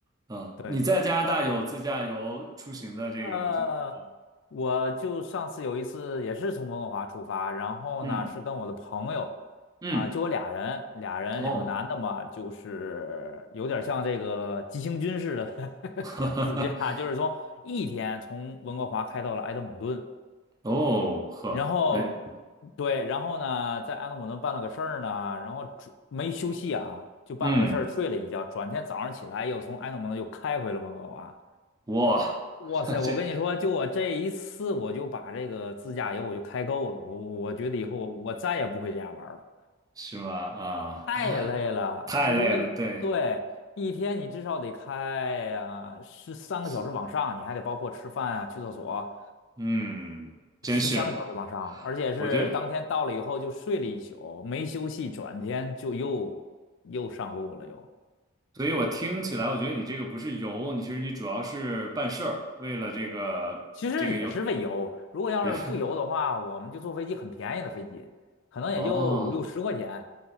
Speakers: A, on the right; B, on the left.
A: 啊，
B: 对，
A: 你在加拿大有自驾游出行的这种经历吗？
B: 呃，我就上次有一次也是从温哥华出发，然后呢是跟我的朋友
A: 嗯嗯，
B: 啊、就我俩人，俩人两个男的嘛，
A: 哦，
B: 就是有点像这个急行军似的 <laughs>
A: <laughs>
B: 自驾，就是从一天从温哥华开到了埃德蒙顿，
A: 哦呵，
B: 然后
A: 哎，
B: 对，然后呢，在安德鲁顿办了个事儿呢，然后转没休息啊，就办了个事儿，
A: 嗯
B: 睡了一觉，转天早上起来又从安德鲁顿又开回了温哥华。
A: 哇。
B: 哇塞，
A: <laughs>
B: 我跟你说，
A: 这
B: 就我这一次，我就把这个自驾游我就开够了，我我觉得以后我我再也不会这样玩儿了，
A: 是吧？啊，
B: 太累了，
A: 太累了，
B: 就是一对。
A: 对，
B: 一天你至少得开呀、十三个小时往上，
A: 是，
B: 你还得包括吃饭啊、去厕所，
A: 嗯，真是，
B: 是三个小时往上，而且是当天到了以后就睡了一宿，
A: 我觉得，
B: 没休息，转天就又又上路了又。
A: 所以我听起来，我觉得你这个不是游，你其实你主要是办事儿，为了这个这个游
B: 其实也是为游。如果要是不游的话，
A: 也
B: 我们就坐飞机，很便宜的飞机，
A: <laughs>
B: 可能也就五六十块钱
A: 哦